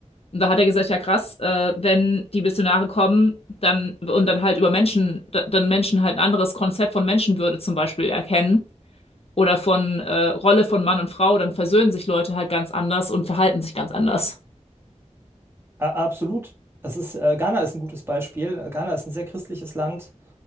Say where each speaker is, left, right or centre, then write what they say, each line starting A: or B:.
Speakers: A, on the left; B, on the right.
A: Und da hat er gesagt, ja krass, äh, wenn die Missionare kommen, dann und dann halt über Menschen, da- dann Menschen halt ein anderes Konzept von Menschenwürde zum Beispiel erkennen oder von äh, Rolle von Mann und Frau, dann versöhnen sich Leute halt ganz anders und verhalten sich ganz anders.
B: A- Absolut. Es ist, äh, Ghana ist ein gutes Beispiel. Ghana ist ein sehr christliches Land.